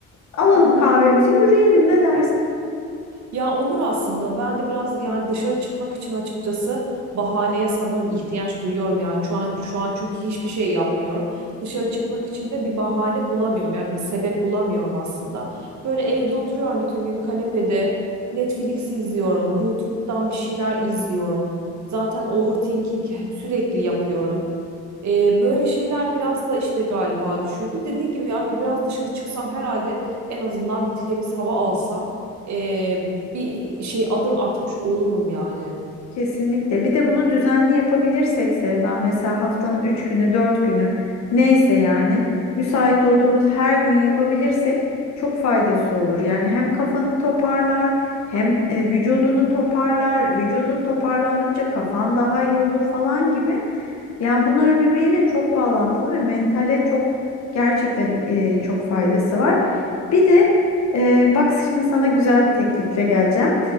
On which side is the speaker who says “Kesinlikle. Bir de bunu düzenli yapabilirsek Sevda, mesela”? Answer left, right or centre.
Left